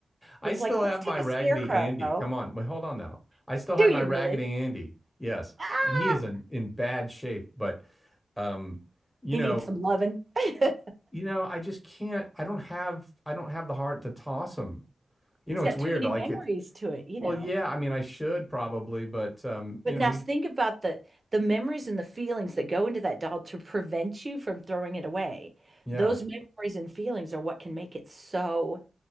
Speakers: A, in the centre; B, on the right.
A: I
B: It's
A: still
B: like
A: have
B: let's take
A: my
B: a
A: Raggedy
B: scarecrow.
A: Andy. Come on. Wait, hold on now. I
B: <laughs>
A: still have
B: Do
A: my
B: you
A: Raggedy
B: really?
A: Andy. Yes.
B: Ah.
A: And he is in in bad shape, but um, you
B: He
A: know,
B: needs some loving. <laughs> it
A: you know, I just can't I don't have I don't have the heart to toss him. You know,
B: has got
A: it's weird.
B: too many
A: Like
B: memories
A: it
B: to it, you
A: well,
B: know.
A: yeah, I mean I should probably, but um,
B: But
A: you
B: now
A: know, he
B: think about the the memories and the feelings that go into that doll to prevent you from throwing it away.
A: yeah.
B: Those memories and feelings are what can make it so